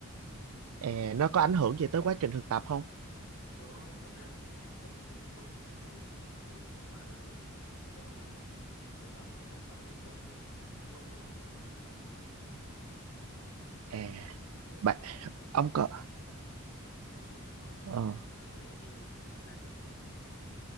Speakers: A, on the right; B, on the left.
A: À, nó có ảnh hưởng gì tới quá trình thực tập không?
B: nó thật ra thì ảnh hưởng thì nó không ảnh hưởng gì bạn ạ chỉ chẳng qua là kiểu là thực tập thì thực tập mình muộn hơn muộn hơn mọi người đó
A: À,
B: tôi sẽ
A: bạn
B: thực tập
A: ông có
B: tôi sẽ thực tập muộn
A: ờ,
B: hơn ờ, mấy anh em ra trường đúng hạn